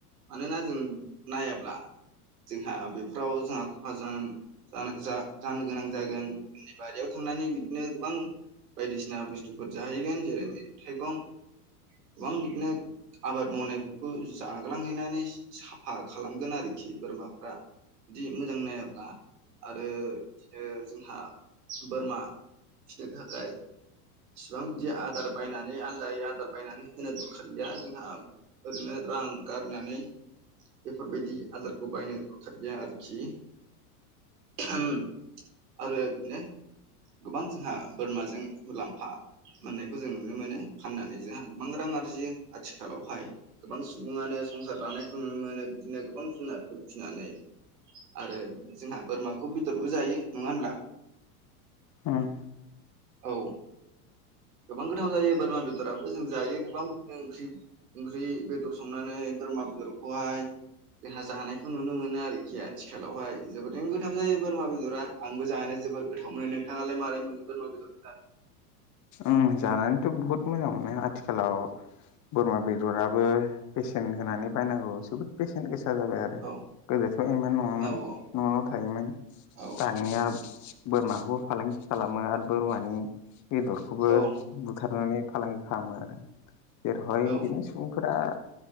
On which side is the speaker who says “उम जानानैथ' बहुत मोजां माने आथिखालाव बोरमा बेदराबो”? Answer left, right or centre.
Left